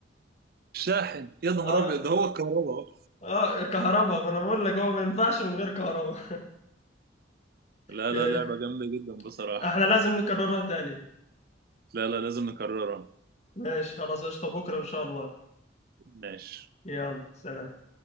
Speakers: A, on the right; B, on the left.
A: شاحن يا نهار
B: اه
A: ابيض ده هو الكهرباء أهو.
B: اه كهرباء ما انا بقول لك هو ما ينفعش من غير كهرباء
A: لا
B: <laughs>
A: لا لعبه جامده جدا بصراحه
B: احنا لازم نكررها تاني
A: لا لا لازم نكررها
B: ماشي خلاص قشطة بكرة ان شاء الله
A: ماشي
B: يلا سلام